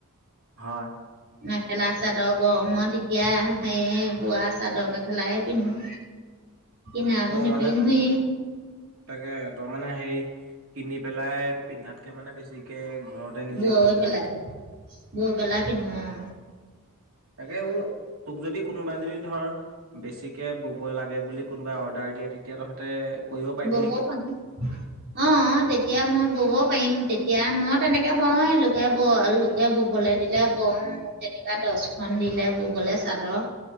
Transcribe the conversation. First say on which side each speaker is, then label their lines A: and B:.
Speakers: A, on the right; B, on the right.
A: হয়।
B: মেখেলা চাদৰ গৰমত এতিয়া, সেয়ে বোৱা চাদৰ মেখেলাই পিন্ধো। কিনাবোৰ
A: অ'
B: নিপিন্ধোৱেই
A: মানে তাকে তাৰমানে হেই কিনি পেলাই পিন্ধাতকে মানে, বেছিকে ঘৰতে নিজে
B: বৈ
A: পেলাই
B: পিলাই, বৈ পলাই <unintelligible>
A: তাকে, তোক যদি কোনোবাই যদি ধৰ, বেছিকে ব'বই লাগে বুলি কোনোবাই অৰ্ডাৰ দিয়ে। তেতিয়া তহঁতে কৰিব পাৰিবি
B: ব'ব
A: নেকি?
B: পা <unintelligible> অ'অ' তেতিয়া মই ব'ব পাৰিম, তেতিয়া মই তেনেকে বওঁৱে লোকে, লোকে ববলে দিলে বওঁ, তেনেকুৱা দশখন দিলে ব'বলে চাদৰ।